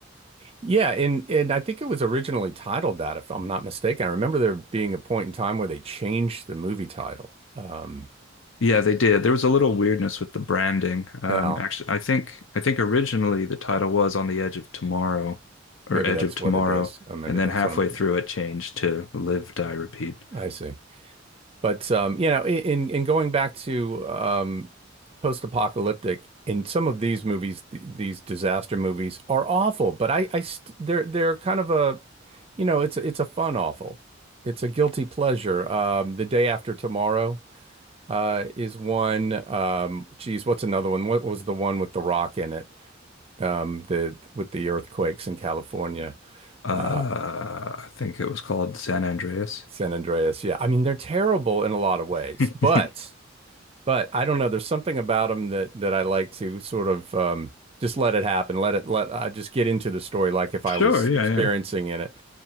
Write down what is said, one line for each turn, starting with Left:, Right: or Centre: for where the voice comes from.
Right: Yeah, and and I think it was originally titled that, if I'm not mistaken. I remember there being a point in time where they changed the movie title. Um,
Left: Yeah, they did. There was a little weirdness with the branding. Um,
Right: yeah,
Left: actually, I think I think originally the title was On the Edge of Tomorrow
Right: Maybe
Left: or Edge
Right: that's
Left: of Tomorrow,
Right: what it is. Uh, maybe
Left: and then
Right: that's
Left: halfway
Right: what I'm thinking.
Left: through it changed to Live, Die, Repeat.
Right: I see. But um, you know, in in going back to um, post-apocalyptic, in some of these movies, th these disaster movies are awful. But I, I st they're they're kind of a, you know, it's it's a fun awful. It's a guilty pleasure. Um, The Day After Tomorrow uh, is one. Um, geez, what's another one? What was the one with The Rock in it? Um, the with the earthquakes in California.
Left: Uh,
Right: Uh,
Left: I think it was called San Andreas.
Right: San Andreas. Yeah. I mean, they're terrible in a lot of ways,
Left: <laughs>
Right: but but I don't know. There's something about them that that I like to sort of um, just let it happen. Let it let I just get into the story like if
Left: Sure,
Right: I was
Left: yeah,
Right: experiencing
Left: yeah.
Right: in it.